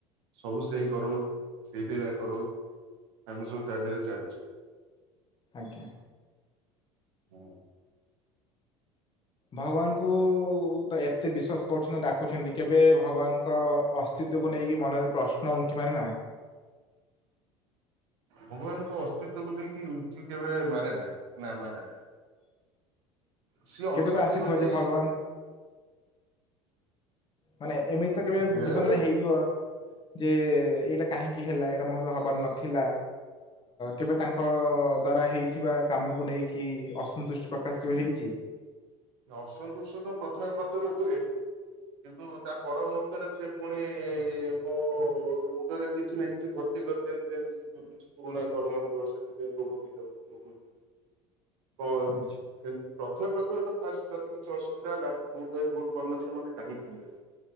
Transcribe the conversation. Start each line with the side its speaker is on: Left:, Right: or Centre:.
Right: ସବୁ ସେଇ କରଉଚି ସେଇ ଳିଲା କରଉଚି। ଆମେ ସବୁ ତା ଦେହରେ ଚାଲିଚୁ।
Left: ଆଜ୍ଞା।
Right: ହଁ।
Left: ଭଗବାନଙ୍କୁ ତ ଏତେ ବିଶ୍ୱାସ କରୁଛନ୍ତି ଡାକୁଛନ୍ତି କେବେ ଭଗବାନଙ୍କ ଅ ଅସ୍ତିତ୍ବ କୁ ନେଇକି ମନରେ ପ୍ରଶ୍ନ ଉଙ୍କି ମାରେ ନା।
Right: ଭଗବାନଙ୍କ ଅସ୍ତିତ୍ଵ କୁ ନେଇ କି ଉଙ୍କି କେବେ ମାରେ ନା, ନା ମାରେ ନା। ସିଏ ଅଛନ୍ତି
Left: କେବେ ତ ଆସିଥିବ
Right: ବୋଲି
Left: ଯେ ଭଗବାନ। ମାନେ ଏମିତି ତ କେବେ
Right: ବେଳେ
Left: ଜୀବନରେ
Right: ବେଳେ
Left: ହେଇଥିବ। ଯେ, ଏଇଟା କାହିଁକି ହେଲା ଏଇଟା ମୋ ସହ ହବାର ନଥିଲା। କେବେ ତାଙ୍କ ଦ୍ଵାରା ହେଇଥିବା କାମକୁ ନେଇକି ଅସନ୍ତୁଷ୍ଟି ପ୍ରକାଶ କେବେ ହେଇଚି।
Right: ଆସନ୍ତୁଷ୍ଟତ ପ୍ରଥମେ, ପ୍ରଥମେ ହୁଏ। କିନ୍ତୁ ତା ପରମୂହୁର୍ତ୍ତରେ ସେ ପୁଣି ମୋ ମୁଣ୍ଡରେ କିଛି ନା କିଛି ଭ ଭର୍ତ୍ତି କରିଦିଅନ୍ତି ଯେମିତିକି କିଛି ପୁରୁଣା କର୍ମ ଥିବ ସେଥିପାଇଁ ଉପଭୁଗ <inaudible> କଣ
Left: ଆଚ୍ଛା।
Right: ସେମିତି ପ୍ରଥମେ ପ୍ରଥମେ ତ। ଫାଷ୍ଟ ଯଦି କିଛି ଅସୁବିଧା ହେଲା ମୁଁ ତ ଏ ଭୁଲ କରିନଥିଲ ମୋତେ କାହିକି ଦେଲେ।